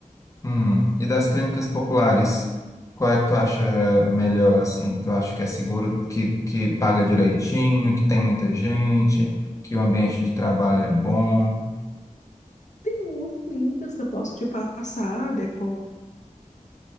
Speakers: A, on the left; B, on the left.
A: Hum, e das clínicas populares, qual é que tu acha melhor, assim? Tu acha que é seguro, que, que paga direitinho, que tem muita gente, que o ambiente de trabalho é bom?
B: Tem umas clínicas que eu posso te passar depois